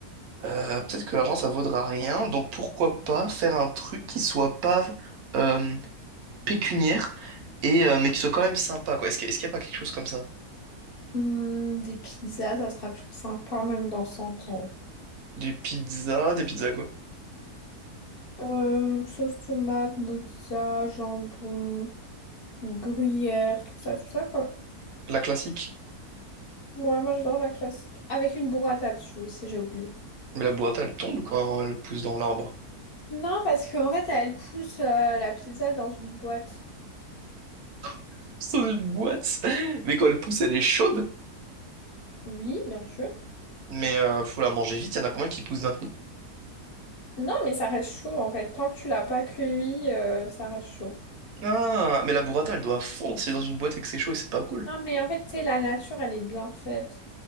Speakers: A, on the right (about 70°); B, on the left (about 60°).
A: Euh, peut-être que l'argent, ça vaudra rien. Donc pourquoi pas faire un truc qui soit pas euh, pécuniaire, et, euh, mais qui soit quand même sympa, quoi. Est-ce que- est-ce qu'il n'y a pas quelque chose comme ça?
B: Hum, des pizzas, ça sera toujours sympa, même dans 100 ans.
A: Des pizzas, des pizzas quoi?
B: Euh, sauce tomate, mozza, jambon, gruyère, tout ça, tout ça, quoi.
A: La classique.
B: Moi, moi, j'adore la classique. Avec une burrata dessus aussi, j'ai oublié.
A: Mais la boîte, elle tombe quand elle pousse dans l'arbre.
B: Non, parce qu'en fait, elle pousse euh, la pizza dans une boîte.
A: <laughs> C'est une boîte. Mais quand elle pousse, elle est chaude.
B: Oui, bien sûr.
A: Mais euh, faut la manger vite. Il y en a combien qui poussent d'un coup?
B: Non, mais ça reste chaud, en fait. Tant que tu l'as pas cueilli, euh, ça reste chaud.
A: Ah, mais la burrata, elle doit fondre. C'est dans une boîte et que c'est chaud et c'est pas cool.
B: Non, mais en fait, tu sais, la nature, elle est bien faite.